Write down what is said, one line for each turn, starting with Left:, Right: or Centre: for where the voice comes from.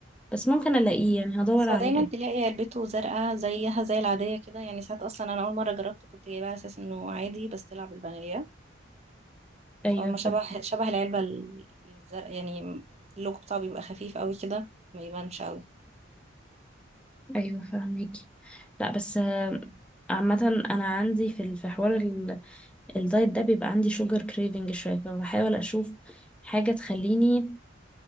Centre: بس ممكن الاقيه يعني هدور
Right: بس
Centre: عليه
Right: هو دايما تلاقي علبته زرقاء زيها زي العادية كده يعني ساعات أصلا أنا أول مرة جربته كنت جايباه على أساس إنه عادي بس طلع بالفانيليا
Centre: ايوه
Right: فهو
Centre: فاهمك
Right: شبه شبه العلبة الزرقاء يعني اللوجو بتاعه بيبقى خفيف قوي كده ما يبانش قوي
Centre: ايوه فاهمك لا بس آه، عامة أنا عندي في ال- في حوار ال- الدايت ده بيبقى عندي شوجر كريفنج شوية فبحاول أشوف حاجة تخليني